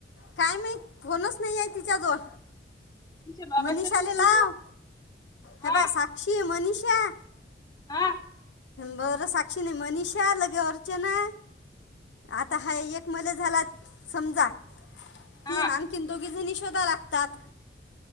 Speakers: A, on the left; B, on the left.
A: काय माहित फोनच नाही आहे तिच्याजवळ.
B: तिच्या बाबाचं
A: मनिषाले
B: तब्येत
A: लाव.
B: जमलो हा
A: हे पहा साक्षी, मनीषा.
B: हा
A: बर साक्षी नाही. मनीषा लगे अर्चना, आता हा एक मले झालात समजा
B: हा
A: तीन. आणखी दोघी जणी शोधा लागतात.